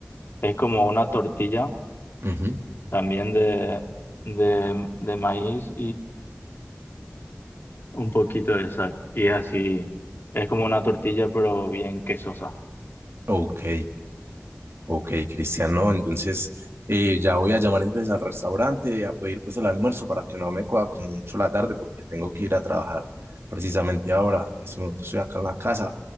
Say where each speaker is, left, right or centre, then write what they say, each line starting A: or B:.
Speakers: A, on the left; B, on the right.
A: es como una tortilla
B: ujú,
A: también de, de, de maíz un poquito de sal. Y es así, es como una tortilla, pero bien quesosa.
B: Ok. Ok, Cristiano, entonces eh, ya voy a llamar entonces al restaurante a pedir pues el almuerzo para que no me coja como mucho la tarde porque tengo que ir a trabajar precisamente ahora. En este momento estoy acá en la casa.